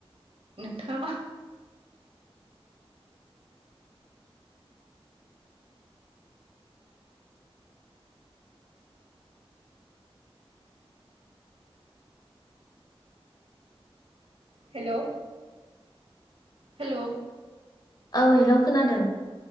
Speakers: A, on the right; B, on the left.
A: नोंथाङा हेलौ हेल'
B: औ हेल' खोनादों।